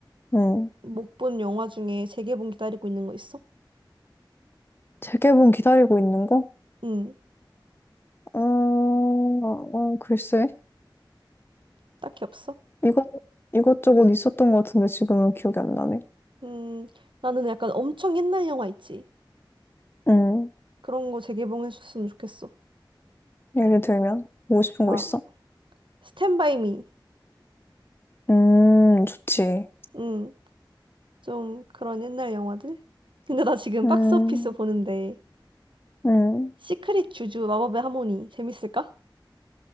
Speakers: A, on the left; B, on the right.
A: 음,
B: 못 본 영화 중에 재개봉 기다리고 있는 거 있어?
A: 재개봉 기다리고 있는 거?
B: 음,
A: 어, 어, 글쎄.
B: 딱히 없어?
A: 이것, 이것저것 있었던 것 같은데 지금은 기억이 안 나네.
B: 음, 나는 약간 엄청 옛날 영화 있지.
A: 음,
B: 그런 거 재개봉해줬으면 좋겠어.
A: 예를 들면, 보고 싶은
B: 막
A: 거 있어?
B: 스탠바이 미.
A: 음, 좋지.
B: 음. 좀 그런 옛날 영화들? 근데 나 지금
A: 음,
B: 박스 오피스 보는데
A: 음.
B: 시크릿 주주 마법의 하모니 재밌을까?